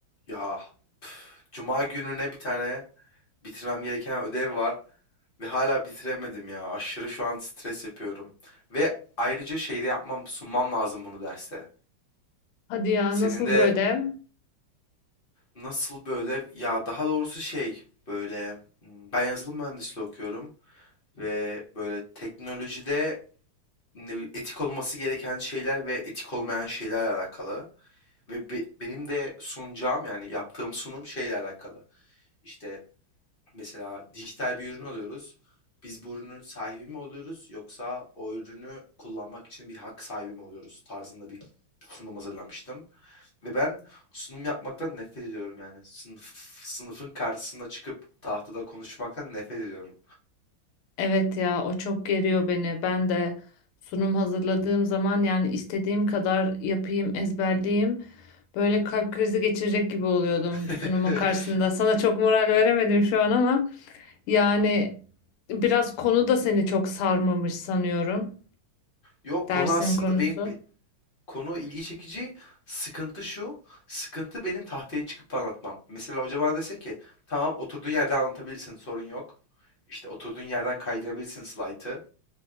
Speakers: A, on the left; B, on the left.
A: Ya cuma gününe bir tane bitirmem gereken ödev var ve hala bitiremedim ya. Aşırı şu an stres yapıyorum. Ve ayrıca şeyde yapmam, sunmam lazım bunu derste.
B: Hadi ya
A: Senin
B: nasıl
A: de
B: böyle?
A: nasıl bir ödev? Ya daha doğrusu şey böyle hmm, ben yazılım mühendisliği okuyorum ve böyle teknolojide ne bileyim, etik olması gereken şeyler ve etik olmayan şeylerle alakalı. Ve be- benim de sunacağım yani yaptığım sunum şeyle alakalı. İşte Mesela dijital bir ürün alıyoruz. Biz bu ürünün sahibi mi oluyoruz yoksa o ürünü kullanmak için bir hak sahibi mi oluyoruz tarzında bir sunum hazırlamıştım. Ve ben sunum yapmaktan nefret ediyorum yani. Sınıf, sınıfın karşısına çıkıp tahtada konuşmaktan nefret ediyorum.
B: Evet ya o çok geriyor beni. Ben de sunum hazırladığım zaman yani istediğim kadar yapayım, ezberleyeyim. Böyle kalp krizi geçirecek gibi oluyordum sunumun
A: <laughs>
B: karşısında. Sana çok moral veremedim şu an ama yani biraz konu da seni çok sarmamış sanıyorum.
A: Yok
B: Dersin
A: konu aslında
B: konusu.
A: benim be- konu ilgi çekici. Sıkıntı şu. Sıkıntı benim tahtaya çıkıp anlatmam. Mesela hoca bana dese ki tamam oturduğun yerde anlatabilirsin sorun yok. İşte oturduğun yerden kaydırabilirsin slaytı.